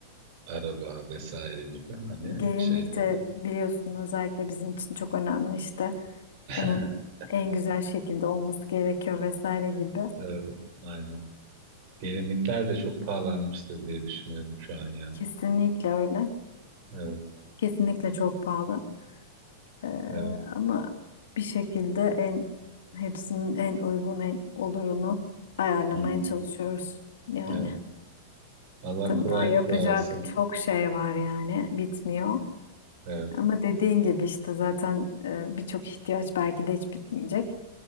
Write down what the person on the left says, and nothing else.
Gelinlik
de biliyorsun özellikle bizim için çok önemli işte
onun en güzel şekilde olması gerekiyor vesaire gibi.
Kesinlikle öyle.
Kesinlikle çok pahalı. Ee,
ama bir şekilde en hepsinin en uygun en olurunu ayarlamaya
çalışıyoruz. Yani
tabii
daha yapacak
çok şey var yani bitmiyor.
Ama dediğin gibi işte zaten e, birçok ihtiyaç belki de hiç bitmeyecek.